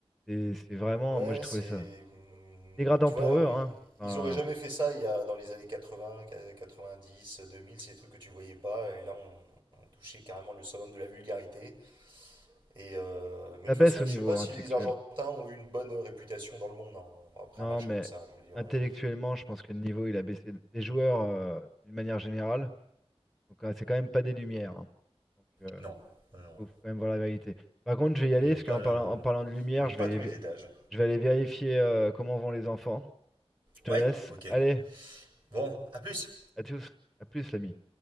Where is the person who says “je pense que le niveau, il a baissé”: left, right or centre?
Centre